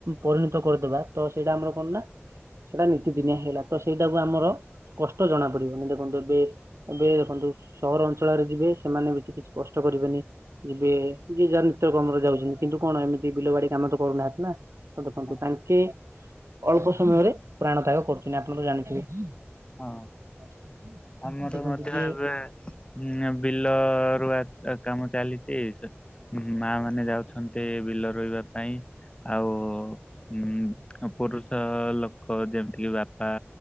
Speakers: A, on the right; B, on the left.
A: ପରିଣତ କରିଦବା ତ ସେଇଟା ଆମର କଣ ନା ସେଇଟା ନୀତିଦିନିଆ ହେଲା ତ ସେଇଟାକୁ ଆମର କଷ୍ଟ ଜଣା ପଡିବନି ଦେଖନ୍ତୁ ଏବେ ଏବେ ଦେଖନ୍ତୁ ସହର ଅଞ୍ଚଳରେ ଯିବେ ସେମାନେ ବେଶୀ କିଛି କଷ୍ଟ କରିବେନି ଯିବେ ଯିଏ ଯାହା କାମରେ ଯାଉଛନ୍ତି କିନ୍ତୁ କଣ ଏମିତି ବିଲ ବାଡି କାମ ତ କରୁନାହାନ୍ତି ନା ତ ଦେଖନ୍ତୁ
B: ହଁ
A: <unintelligible> ଅଳ୍ପ ସମୟରେ ପ୍ରାଣ ତ୍ୟାଗ କରୁଛନ୍ତି ଆପଣ ତ ଜାଣିଥିବେ।
B: ହଁ
A: କିନ୍ତୁ
B: ଆମର
A: ଦେଖନ୍ତୁ
B: ମଧ୍ୟ
A: ଯିଏ
B: ଏବେ ଉଁ ବିଲ ରୁଆ କାମ ଚାଲିଛି ସେ। ମା ମାନେ ଯାଉଛନ୍ତି ବିଲ ରୋଇବା ପାଇଁ। ଆଉ ଉ ପୁରୁଷ ଲୋକ ଯେମିତିକି ବାପା